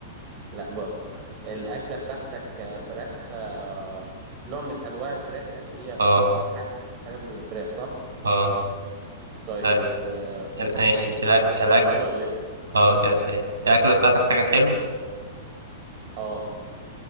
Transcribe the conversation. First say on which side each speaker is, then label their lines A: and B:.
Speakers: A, on the right; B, on the right.
A: لا برضه الأكلة بتاعتك آه، فراخ آه، نوع من أنواع الفراخ يعني
B: <laughs>
A: هي
B: اه
A: ح- حاجة من الفراخ صح؟
B: اه
A: طيب
B: طيب،
A: آه،
B: ال- ماشي
A: ماشي
B: الأك-
A: هو كده
B: الأكل
A: سؤال ولا لسه؟
B: اه كده سهل الأكلة بتاعتك
A: طيب
B: حاجة حلو
A: اه